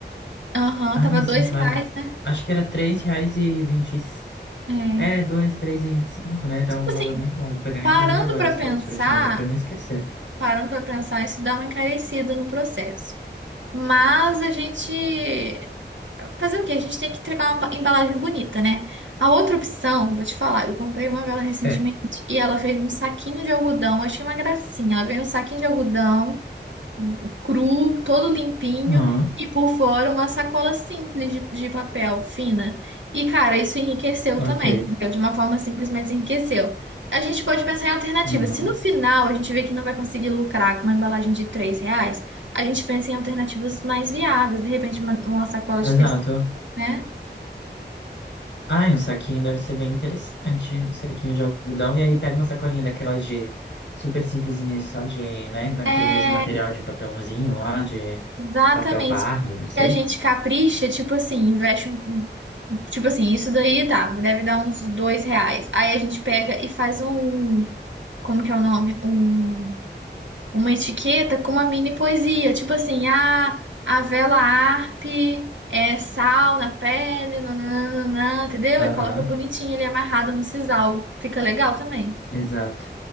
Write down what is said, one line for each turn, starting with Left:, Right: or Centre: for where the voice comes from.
Right: Aham,
Left: Ah,
Right: tava
Left: sim,
Right: dois
Left: claro.
Right: reais, né?
Left: Acho que era três reais e vinte.
Right: É.
Left: É, dois, três e vinte e cinco, né? Tá
Right: Tipo
Left: um valor
Right: assim,
Left: muito bom. Vou pegar,
Right: parando
Left: inclusive, agora
Right: pra
Left: as
Right: pensar.
Left: fotos pra te mandar pra eu não esquecer.
Right: Parando para pensar, isso dá uma encarecida no processo. Mas a gente. Fazer o quê? A gente tem que entregar uma embalagem bonita, né? A outra opção, vou te falar, eu comprei uma vela recentemente
Left: É.
Right: e ela veio num saquinho de algodão, achei uma gracinha. Ela veio num saquinho de algodão cru, todo limpinho,
Left: Ah,
Right: e por fora uma sacola simples de, de papel, fina. E, cara, isso enriqueceu
Left: ok.
Right: também, entendeu? De uma forma simples, mas enriqueceu. A gente pode pensar em alternativas.
Left: Uhum.
Right: Se no final a gente vê que não vai conseguir lucrar com uma embalagem de 3 reais, a gente pensa em alternativas mais viáveis, de repente uma, uma sacola de
Left: Exato.
Right: tecido, né?
Left: Ai, um saquinho deve ser bem interessante, hein? um saquinho de algodão, e aí pega uma sacolinha daquelas de super simplesinha, só de, né, naquele
Right: É,
Left: mesmo material de papelãozinho lá, de
Right: Exatamente.
Left: papel pardo, não sei.
Right: E a gente capricha, tipo assim, investe um. um- Tipo assim, isso daí dá, deve dar uns dois reais. Aí a gente pega e faz um. Como que é o nome? Um, uma etiqueta com uma mini poesia. Tipo assim, ah, a vela Arp é sal na pele, nananana, entendeu? E
Left: Aham,
Right: coloca bonitinho ele amarrado no sisal. Fica legal também.
Left: exato.